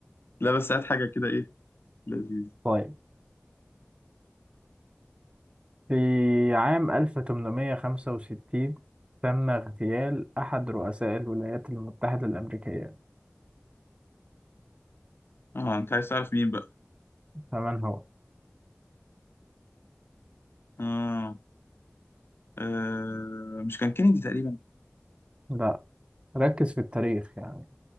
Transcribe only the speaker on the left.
لا بس هات حاجة كده إيه لذيذ
اه انت عايز تعرف مين بقى
آه. آه. مش كان كينيدي تقريبا